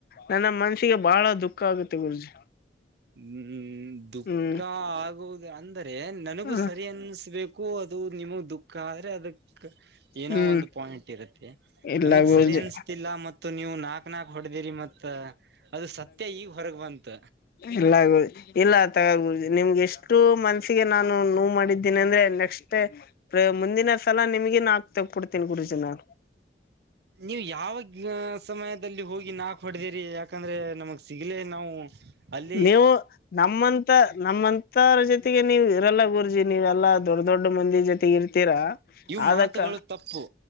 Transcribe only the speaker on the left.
ನನ್ನ ಮನಸಿಗೆ ಬಹಳ ದುಃಖ ಆಗುತ್ತೆ ಗುರುಜಿ
ಹ್ಮ್
ಹ್ಮ
ಹ್ಮ್
ಇಲ್ಲ
ಗುರುಜಿ
ಎಲ್ಲ ಆಗುದು ಎಲ್ಲ ತಗಬ ನಿಮ್ಗೆ ಎಷ್ಟು ಮನ್ಸಿಗೆ ನಾನು ನೋ ಮಾಡಿದ್ದೀನಿ ಅಂದ್ರೆ ನೆಕ್ಸ್ಟ್ ಮುಂದಿನ ಸಲ ನಿಮಗಿ ನಾಕ್ ತಗಬಿಡ್ತೀನ ಗುರುಜಿನ
ನೀವು ನಮ್ಮಂತ ನಮ್ಮಂತರ ಜೊತೆಗೆ ನೀವು ಇರೆಲ್ಲ ಗುರ್ಜಿ ನೀವೆಲ್ಲ ದೊಡ್ಡ ದೊಡ್ ಮಂದಿ ಜೊತೆ ಇರ್ತೀರಾ
ಆದಕ್ಕ